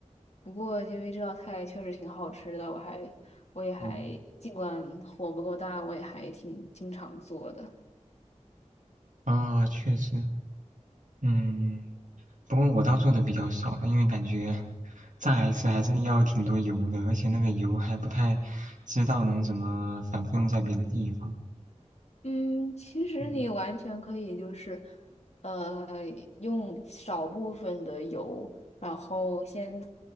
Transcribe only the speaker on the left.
不过因为这道菜确实挺好吃的，我还我也还尽管火不够大，
我也还挺经常做的。
嗯，其实你完全可以就是，
呃，用少部分的油，然后先，